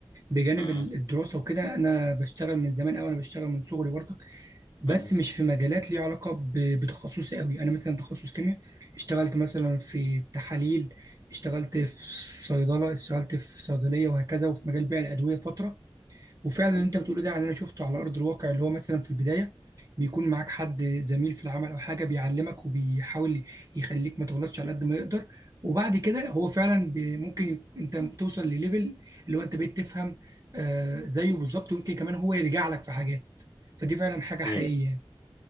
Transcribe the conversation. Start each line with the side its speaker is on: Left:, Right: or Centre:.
Right: بجانب
Left: م-
Right: ال- الدراسه وكده انا بشتغل من زمان قوي انا بشتغل من صغري برضك بس
Left: م-
Right: مش في مجالات ليها علاقه ب- بتخصصي قوي انا مثلا تخصص كيمياء اشتغلت مثلا في تحاليل اشتغلت في صيدله اشتغلت في صيدليه وهكذا وفي مجال بيع الادويه فتره وفعلا اللي انت بتقوله ده يعني انا شفته على ارض الواقع اللي هو مثلا في البدايه بيكون معاك حد زميل في العمل او حاجه بيعلمك وبيحاول يخليك ما تغلطش على قد ما يقدر وبعد كده هو فعلا بي- ممكن يك- انت توصل لليفل اللي هو انت بقيت تفهم آه زيه بالظبط ويمكن كمان هو يرجع لك في حاجات فدي فعلا حاجه حقيقيه
Left: م-
Right: يعني.